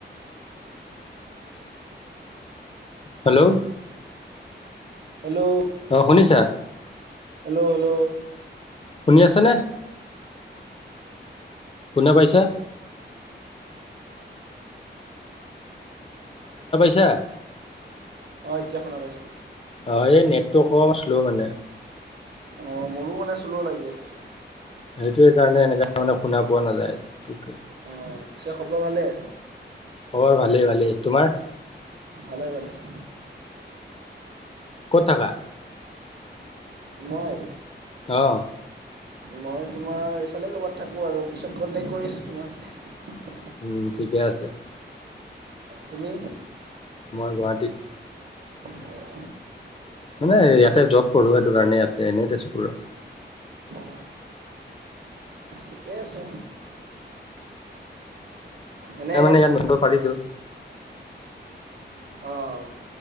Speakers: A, on the left; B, on the right.
A: হেল্ল'
B: হেল্ল'
A: আহ শুনিছা।
B: হেল্ল' হেল্ল'
A: শুনি আছে নে শুনা পাইছা। আ
B: অ এতিয়া শুনা পাইছোঁ।
A: অ এই নেটটো অকনমান‌ শ্ল' মানে।
B: অ মোৰো মানে শ্ল লাগি আছিল।
A: সেইটোৱে কাৰণে এনেকাে মানে শুনা পোৱা নাযায় সেইটোৱে।
B: অ' পিছে খবৰ ভালে-
A: খবৰ ভালেই ভালেই তোমাৰ-
B: ভালে ভেলটো
A: ক'ত থাকা?
B: মই -
A: অহ'
B: মই তোমাৰ এইফালে ক'ৰবাত থাকোঁ আৰু, পিছত কণ্টেক্ট কৰি আছোঁ তোমাক।
A: উম ঠিকে আছে।
B: তুমি?
A: মই গুৱাহাটীত।
B: অ'
A: মানে ইয়াতে জব কৰো সেইটো কাৰণে ইয়াতে, এনেই তেজপুৰৰ।
B: অ' ঠিকে আছে। এনে
A: ত মানে ইয়াত মনিব পাৰিতো
B: অহ'